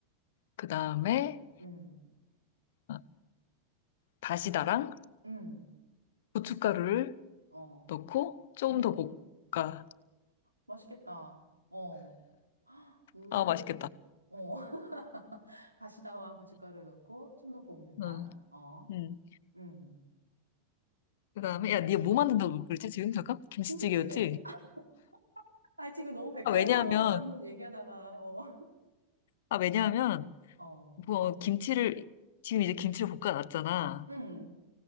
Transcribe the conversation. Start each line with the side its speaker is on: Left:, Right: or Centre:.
Left: 그 다음에
Right: 음,
Left: 어, 다시다랑
Right: 음,
Left: 고춧가루를
Right: 어,
Left: 넣고 조금
Right: 오,
Left: 더 볶아.
Right: 맛있겠다. 어, 오,
Left: 아, 맛있겠다.
Right: 어. <laughs> 다시다와 고춧가루 넣고 좀 더 볶는다.
Left: 응,
Right: 어,
Left: 응.
Right: 음.
Left: 그 다음에, 야, 네가
Right: 그다음에
Left: 뭐 만든다고 그랬지, 지금? 잠깐? 김치찌개였지?
Right: 김치찌개. <laughs> 아, 지금 너무 백종원
Left: 아, 왜냐하면,
Right: 얘기하다가, 어,
Left: 아, 왜냐하면,
Right: <laughs> 어,
Left: 뭐, 김치를, 지금 이제 김치를 볶아놨잖아.
Right: 음,